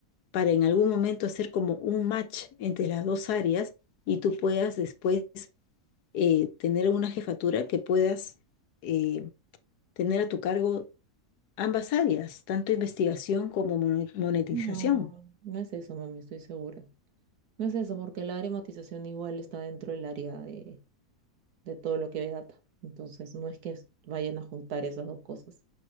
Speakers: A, on the left; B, on the right.
A: para en algún momento hacer como un match entre las dos áreas y tú puedas después eh, tener una jefatura que puedas eh, tener a tu cargo ambas áreas, tanto investigación como mono- monetización.
B: No, no es eso, mami, estoy segura. No es eso, porque la área de igual está dentro del área de, de todo lo que ve data. Entonces, no es que es- vayan a juntar esas dos cosas.